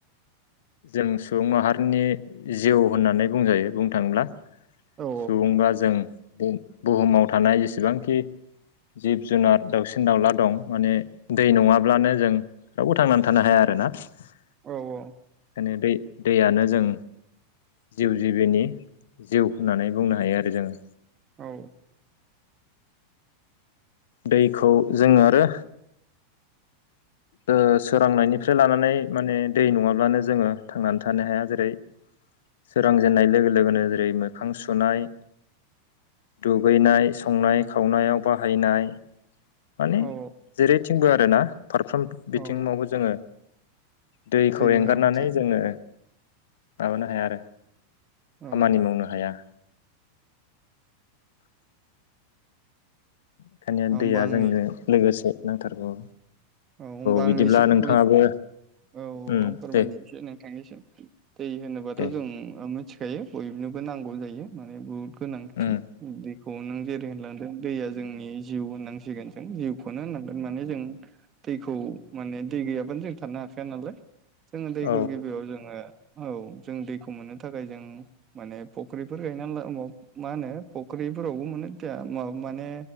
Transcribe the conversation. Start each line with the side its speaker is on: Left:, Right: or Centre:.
Left: जों सुबुं माहारिनि जिउ होननानै बुंजायो बुंनो थाङोब्ला
Right: औ
Left: सुबुंबा जों बुहुमाव थानाय जेसेबांखि जिब जुनार दाउसिन दाउला दं माने दै नङाब्लानो जों रावबो थांनानै थानो हाया आरो। मिथिबायना?
Right: औ औ।
Left: नैबे दैयानो जों जिउ जिबिनि जिउ होननानै बुंनो हायो आरो जोङो।
Right: औ।
Left: दैखौ जों आरो ओ सोरांनायनिफ्राय लानानै माने दै नङाब्लानो जोङो थांनानै थानो हाया जेरै सोरां जेननाय लोगो लोगोनो जेरै मोखां सुनाय दुगैनाय संनाय खावनायाव बाहायनाय माने
Right: औ
Left: जेरैथिंबो आरोना फारफ्रोम बिथिंमावबो
Right: औ
Left: जोङो दैखौ
Right: दैनि
Left: एंगारनानै
Right: गोनांथि
Left: जोङो माबानो हाया आरो
Right: औ
Left: खामानि मावनो हाया। ओंखायनो
Right: होमबा
Left: दैया
Right: आंनि
Left: जोंनो लोगोसे नांथारगौ
Right: औ होनबा
Left: बिदिब्ला
Right: आंनो एसे
Left: नोंथाङाबो
Right: फोरमायनि औ
Left: उम
Right: आं फोरमायनो
Left: दे
Right: एसै नों थांनिसिम। दै होनोबाथ'
Left: दे
Right: जों मिथिखायो बयनोबो नांगौ जायो माने बुहुद गोनांथि
Left: उम।
Right: दैखौ नों जेरै होनलां दों दैया जोंनि जिउ होननांसिगोन जों जिउखौनो होननांगोन माने जों दैखौ माने दै गैयाबानो जों थानो हाखाया नालाय जोङो दैखौ
Left: औ
Right: गिबियाव जोङो औ जों दैखौ मोननो थाखाय जों माने फख्रिफोर गायनानै ला मा होनो फख्रि बेफोरावबो मोनो <unintelligible> माने